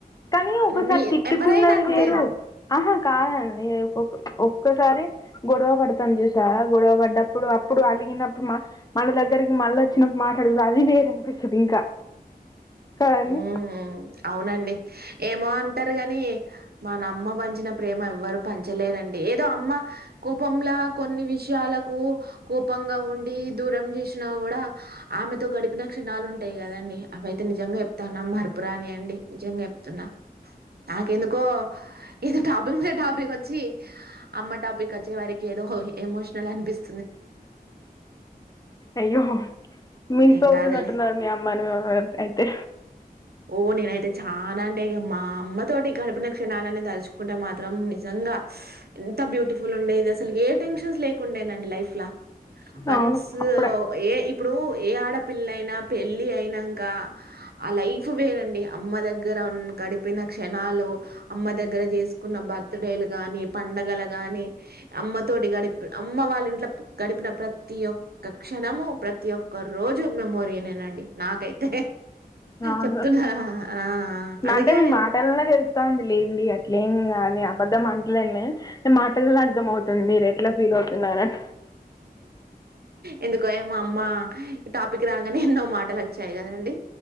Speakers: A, on the left; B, on the right.
A: కానీ ఒకసారి
B: మీ
A: తిట్టుకున్నది
B: ఎవరైనా అంతే
A: వేరు ఆహా కాదండి ఒ ఒక్కసారి గొడవ పడతాం చూసా గొడవ పడ్డ ఇప్పుడు అప్పుడు అలిగినప్పుడు మన దగ్గరికి మళ్ళ వచ్చినప్పుడు మాట్లాడదు అది వేరు అనిపిస్తుంది ఇంకా కదండి
B: మ్మ్ హ్మ్ అవునండి ఎప్ ఏమో అంటారు కాని మన అమ్మ పంచిన ప్రేమ ఎవ్వరు పంచలేరండి ఏదో అమ్మ కోపంలా కొన్ని విషయాలకు కోపంగా ఉండి దూరం చేసినా కూడా ఆమెతో గడిపిన క్షణాలు ఉంటాయి కదండి అవైతే నిజంగా చెప్ మరపురాని అండి నిజంగా చెప్తున్నా నాకెందుకో ఇది టాపిక్ లో టాపిక్ వచ్చి అమ్మ టాపిక్ వచ్చే వారికి ఏదో ఎమోషనల్ అనిపిస్తు
A: అయ్యో మిస్
B: ఏం
A: అవుతున్నట్టున్నారు
B: గాదులే.
A: మీ అమ్మని మ అయితే
B: ఓ నేనైతే చాలా అంటే ఇక మా అమ్మ తోటి గడపిన క్షణాలన్న తరుచుకుంటే మాత్రం నిజంగా ఎంత బ్యూటిఫుల్ ఉండేది అసలు ఏ టెన్షన్స్ లేకుండడానండి లైఫ్ ల వన్స్
A: అవును అప్పుడే
B: ఏ ఇప్పుడు ఏ ఆడపి పిల్లయినా పెళ్ళి అయినా కా ఆ లైఫ్ క్కు వేరండి అమ్మ దగ్గర గడిపిన క్షణాలు అమ్మ దగ్గర చేసుకు కున్న బర్త్డే లుగాని పండగల గాని అమ్మ తోటి గడిప అమ్మ వాళ్ళ ఇంట్లో గడిపిన ప్రతి ఒక్క క్షణము ప్రతి ఒక్క రోజు మెమోరీనేనండి నాకైతే
A: అవునా
B: చెప్తున్నా ఆ అందుకే
A: అంటే మీ
B: నేను
A: మాటలనే తెలుత్తాంది లేండి అట్లేంగాదు. నేను అబద్దం అంటలెనులే మీ మాటల్లో అర్థం అవుతుంది మీరు ఎట్లా ఫీల్ అవుతున్నారని.
B: ఎందు కు ఏమో అమ్మ టాపిక్ రాగానే ఎన్నో మాటలు వచ్చాయి కదండి.